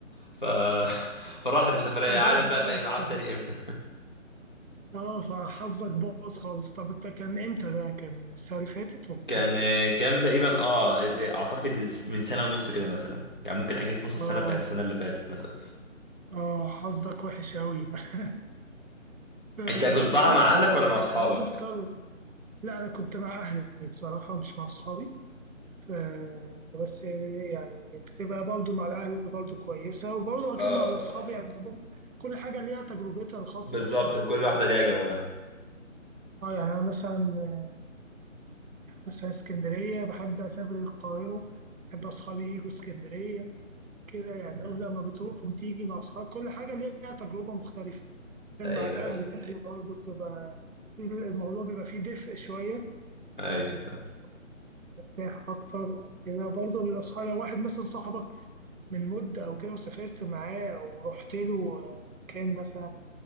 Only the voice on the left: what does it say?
ف <laughs> فراحت السفرية
يا عالم بقى نلاقي
ميعاد تاني امتى
<laughs>
كان
آه، كان تقريبا اه آه، اعتقد من سنة ونص كده مثلا يعني ممكن اجازة نص السنة
بتاعت السنة اللي فاتت مثلا
انت كنت
طالع
مع اهلك
ولا مع اصحابك؟
اه
بالظبط
كل
واحدة ليها جواها
مم.
ايوه
ايوه
ايوه
فاهم.